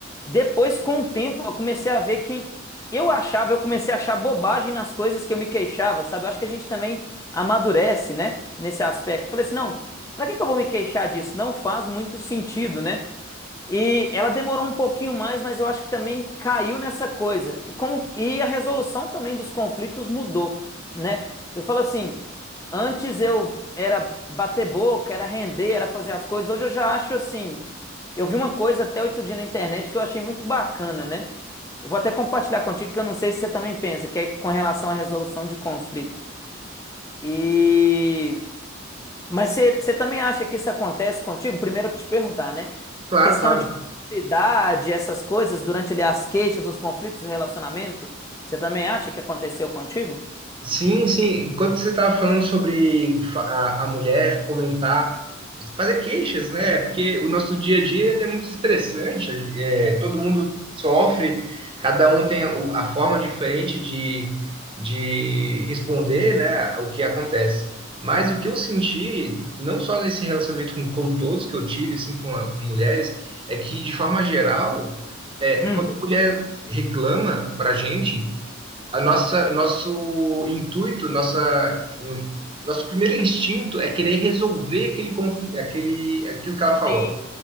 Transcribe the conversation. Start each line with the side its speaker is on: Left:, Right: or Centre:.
Left: Depois, com o tempo, eu comecei a ver que eu achava, eu comecei a achar bobagem nas coisas que eu me queixava, sabe? Eu acho que a gente também amadurece, né, nesse aspecto. Falei assim, não, para que que eu vou me queixar disso? Não faz muito sentido, né? E ela demorou um pouquinho mais, mas eu acho que também caiu nessa coisa. E como e a resolução também dos conflitos mudou, né? Eu falo assim, antes eu era bater boca, era render, era fazer as coisas. Hoje eu já acho assim, eu vi uma coisa até outro dia na internet que eu achei muito bacana, né? Eu vou até compartilhar contigo que eu não sei se você também pensa, que é com relação à resolução de conflito. E mas você você também acha que isso acontece contigo? Primeiro eu te perguntar, né?
Right: Claro,
Left: Questão
Right: claro.
Left: de idade, essas coisas, durante ali as queixas, os conflitos do relacionamento, você também acha que aconteceu contigo?
Right: Sim, sim. Enquanto você estava falando sobre fa- a, a mulher comentar, fazer queixas, né? Porque o nosso dia a dia ele é muito estressante. a gen- é, todo mundo sofre, cada um tem a, o- a forma diferente de, de responder, né, o que acontece. Mas o que eu senti, não só nesse relacionamento com, com todos que eu tive, assim, com, a- com mulheres, é que, de forma geral, é,
Left: Hum.
Right: quando a mulher reclama pra gente a nossa, nosso intuito, nossa, nosso primeiro instinto é querer resolver aquele conflito, aquele, aquilo que ela falou.
Left: Sim,